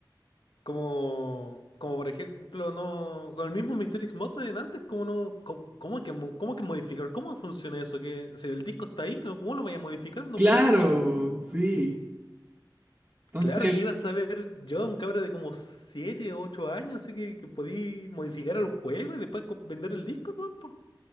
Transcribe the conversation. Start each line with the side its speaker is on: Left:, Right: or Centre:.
Left: como, como por ejemplo, no, con el mismo Mystery X Mod de antes, como no, cómo, cómo que, mo- cómo que modificar, cómo funciona eso, que si el disco está ahí, ¿cómo cómo lo vaya a modificar? No
Right: Claro,
Left: podéis modificarlo, ¿cómo?
Right: sí. Entonces,
Left: Claro que ibas a ver yo, un cabro de como 7 o 8 años, así que, que podí modificar el juego y después co- vender el disco, ¿no? po?